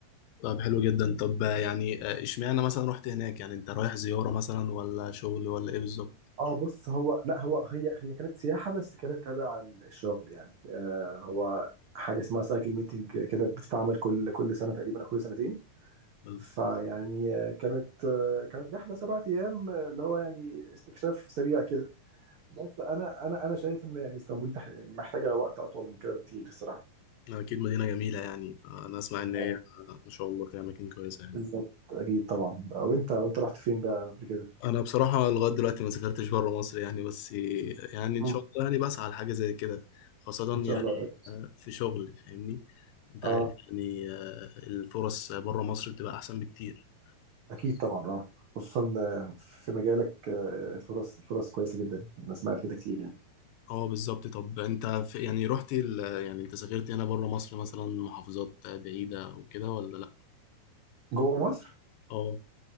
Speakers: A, on the left; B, on the right.
A: طب حلو جدا طب يعني آه، إشمعنى مثلا رحت هناك يعني أنت رايح زيارة مثلا ولا شغل ولا إيه بالظبط؟
B: اه بص هو لا هو هي هي كانت سياحة بس كانت تابع الشغل يعني آه هو حاجة اسمها سايكل ميتنج كده بتتعمل كل كل سنة تقريبا أو كل سنتين
A: آه،
B: فيعني آه، كانت آه كانت رحلة سبعة أيام آه، اللي هو يعني استكشاف سريع كده بس أنا أنا أنا شايف إن يعني اسطنبول تح- محتاجة وقت أطول من كده بكتير الصراحة
A: أكيد مدينة جميلة يعني فأنا أسمع إن
B: اه
A: هي آه، ما شاء الله فيها أماكن كويسة يعني
B: بالظبط أكيد طبعا آه، وأنت وأنت رحت فين بقى قبل كده؟
A: أنا بصراحة لغاية دلوقتي ما سافرتش بره مصر يعني بس يعني إن
B: مم.
A: شاء الله يعني بسعى لحاجة زي كده خاصة
B: إن شاء
A: يعني
B: الله قريب.
A: آه، في شغل فاهمني؟ أنت
B: اه
A: عارف يعني آه، الفرص بره مصر بتبقى أحسن بكتير.
B: اكيد طبعا اه خصوصا آه، في مجالك آه، فرص فرص كويسه جدا انا سمعت كده كتير يعني
A: اه بالظبط طب انت في يعني رحت ال... يعني انت سافرت هنا بره مصر مثلا محافظات بعيدة او كده ولا لا
B: جوه مصر
A: اه